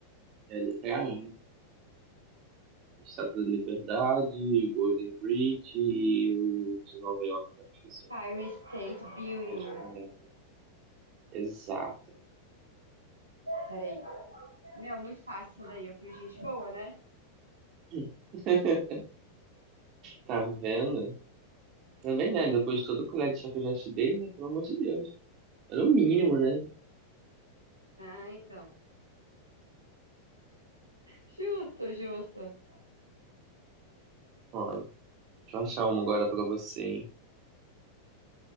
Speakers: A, on the right; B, on the right.
A: É a letra A. Estátua da Liberdade, Golden Bridge e o de Nova York, não esqueci
B: Fire
A: o nome.
B: State Building.
A: Acho que é Nova York, não. Exato.
B: Peraí. Meu, muito fácil isso daí. Eu fui gente boa, né?
A: <laughs> Tá vendo? Também, né? Depois de todo o colete que eu já te dei, né? Pelo amor de Deus. Era o mínimo, né?
B: Ah, então. Justo, justo.
A: Ó, deixa eu achar uma agora pra você, hein?